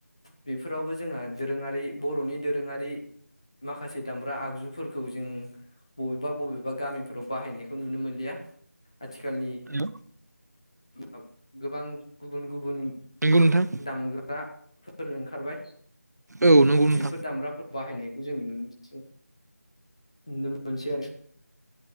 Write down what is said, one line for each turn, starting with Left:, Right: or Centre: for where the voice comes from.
Left: बेफोरावबो जोंहा दोरोङारि बर'नि दोरोङा रि माखासे दामब्रा आगजुफोरखौ जों बबेबा-बबेबा गामिफोराव बाहायनायखौ नुनो मोनलिया। आथिखालनि
Right: औ
Left: <unintelligible> गोबां गुबुन-गुबुन
Right: नंगौ नोंथां
Left: दामग्राफोर ओंखारबाय
Right: औ नंगौ नोंथां
Left: बेफोर दामग्राफोर बाहायनायखौ जों नुनो मोनसै नुनो मोनसै आरो